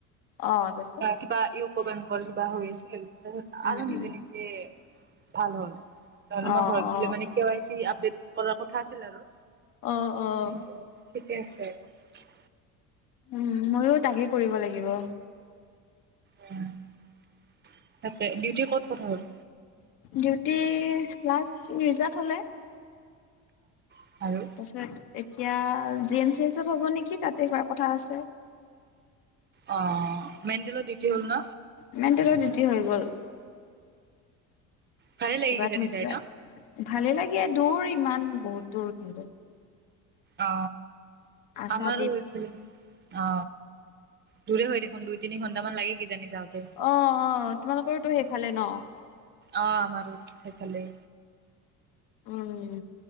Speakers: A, on the left; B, on the right.
A: অ তাৰপিছত
B: কিবা- বেংকৰ কিবা হৈ আছিল। তাৰিছত
A: উম
B: আৰু নিজে,
A: উম
B: নিজে ভাল হ'ল। নহলে
A: অ
B: মই ঘৰত
A: অ
B: গ'লে কি হৈ আছে আপডেট কৰাৰ কথা আছিল আৰু।
A: অঁহ অঁহ
B: কিন্তু ঠিকে আছে আৰু।
A: উম' মইও তাকে কৰিব লাগিব।
B: উম' তাকে। দিউটিৰ ক'ত কথা হ'ল?
A: ডিউটি লাষ্ট ৰিজাল্ট হলে।
B: অ আৰু
A: তাৰছিত এতিয়া। জি এম চি এচত হ'ব নেকি তাতে হোৱাৰ কথা আছে।
B: অ মেণ্টেলৰ ডিউটি হ'ল ন
A: ইমান তলৰ ডটি হৈ গ'ল
B: ভালে লাগে
A: কিবাৰিছিলে
B: কিজানি যাই ন
A: ভালে লাগে দূৰ ইমান বহুত দূৰ কিন্তু
B: অ
A: আশাদ্বীপ
B: আমাৰো এইফালে অ। দূৰে হৈ দেখোন দুই তিনি ঘণ্টামান লাগে। কিজানি যাওঁতে
A: অ অ তোমালোকৰটো সেইফালে ন।
B: আমাৰো সেইফালেই।
A: উম